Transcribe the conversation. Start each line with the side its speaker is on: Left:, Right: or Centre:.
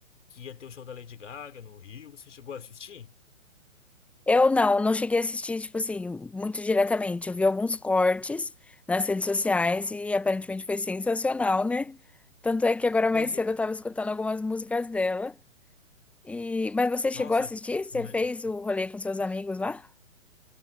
Left: Que ia ter o show da Lady Gaga no Rio, você chegou a assistir?
Centre: Eu não, não cheguei a assistir, tipo assim, muito diretamente. Eu vi alguns cortes nas redes sociais e aparentemente foi sensacional, né? Tanto é que agora mais
Left: Pois
Centre: cedo
Left: é.
Centre: eu tava escutando algumas músicas dela. E... Mas você chegou
Left: Nossa,
Centre: a assistir? Você
Left: né?
Centre: fez o rolê com seus amigos lá?